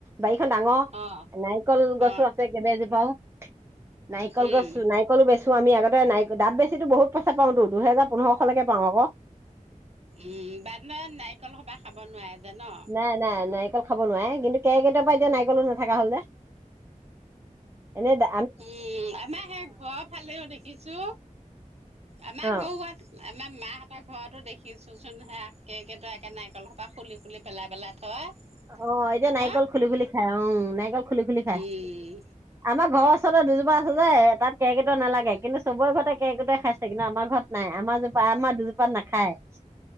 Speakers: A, on the right; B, on the right.
A: বাৰিখন ডাঙৰ
B: অ',
A: নাৰিকল গছো
B: অ',
A: আছে কেবেজোপাও নাৰিকল
B: উম।
A: গছ নাৰিকলো বেচো আমি আগতে নাৰিক দাপ বেছিটো বহুত পইচা পাওঁ তো দুহেজাৰ পোন্ধৰশ লৈকে পাওঁ আক
B: উম বান্দৰে নাৰিকল সপা খাব নোৱাৰে যে ন
A: নাই নাই নাৰিকল খাব নোৱাৰে কিন্তু কেৰ্কেটুৱাৰ পৰা এতিয়া নাৰিকলো নাথাকা হল যে এনে দা
B: উম আমাৰ সেই ঘৰ ফালেও দেখিছো আমাৰ
A: অ
B: গৰুৱাত আমাৰ মাহঁতৰ ঘৰতো দেখিচোন চোন সে কেৰ্কেটুৱাই একে নাৰিকলৰ সোপ খুলি খুলি পেলাই পেলাই থয়
A: অ এতিয়া নাৰিকল
B: ন?
A: খুলি খুলি খায় উম নাৰিকল খুলি খুলি খায়
B: উম,
A: আমাৰ ঘৰৰ ওচৰততে দুজোপা আছে যে তাত কেৰ্কেটুৱা নালাগে কিন্তু চবৰে ঘৰতে কেৰ্কেটুৱা খাইছে কিন্তু আমাৰ ঘৰত নাই আমাৰ জোপা আমাৰ দুজোপাত নাখায়